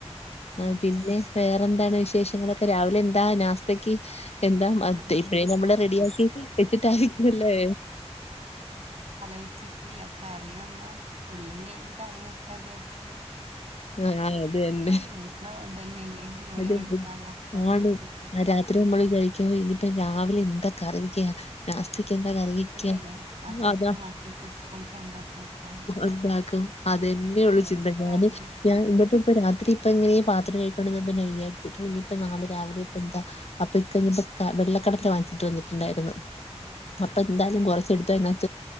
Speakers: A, on the right; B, on the left.
A: ഉം
B: ആ
A: ഉം
B: പിന്നെ വേ ന്താണ് വിശേഷങ്ങളൊക്കെ, രാവിലെ എന്താ നാസ്തക്ക് എന്താ മത്തേ
A: അതെ
B: ഇപ്പയെ നമ്മള് റെഡിയാക്കി വെച്ചിട്ടായിരിക്കുവല്ലേ?
A: വെച്ചിട്ടില്ല, കറിയൊന്നും ഉള്ളിം കേങ്ങും കറി വെക്കാ. വിചാരിച്
B: ആ അത് തന്നെ
A: പ്പയെന്നു അതന്നെല്ലേ നേരം
B: അത്
A: വെളുത്താ അപ്പം പുട്ട്
B: ആണ്
A: ചപ്പാത്തി
B: ആ, രാത്രി നമ്മൾ വിചാരിക്കും ഓ ഇനിയിപ്പ രാവിലെ എന്താ കറിവെക്ക നാസ് ന്താ കറിവെക്ക
A: തന്നെയാണ് അപ്പത്തിന്
B: അത
A: മക്കൾക്ക് സ്കൂൾക്ക് എന്താ കൂട്ടാന്
B: എന്താകും അതന്ന്യൊള്ളു
A: ഉം ചോറ്
B: ചിന്ത ഞാന്
A: കറി
B: ഞാ ന്ന്ട്ട്പ്പൊ രാത്രിപ്പൊ എങ്ങനെയ പാത്രം കഴുകി കൊണ്ടിന്ന നെ വിചാര്ട്ടു ഇനിപ്പ നാളെ രാവിലെ ഇപ്പന്താ അപ്പക്കിന്ന്ക വെള്ളക്കടല വാങ്ങ്ചിട്ട് വന്ന്. ണ്ടായ്ര്ന്നു,
A: ആഹ്
B: അപ്പ ന്തായാലും കൊറച്ചെടുത്തയ്നാത്ത്